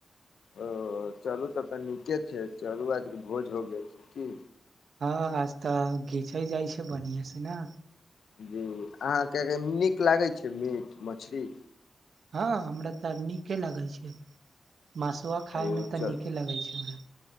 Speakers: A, on the left; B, on the right.
A: ओ चलू तऽ तऽ नीके छै चलू आजके भोज हो गेल छै की
B: हँ आज तऽ घीचै जाइ छै बढ़आँ से ने
A: जी अहाँके नीक लागै छै मीट मछरी
B: हँ हमरा तऽ नीके लगै छै मसुआ खाायमे
A: ओ
B: तऽ
A: चल
B: नीके लगै छै हमरा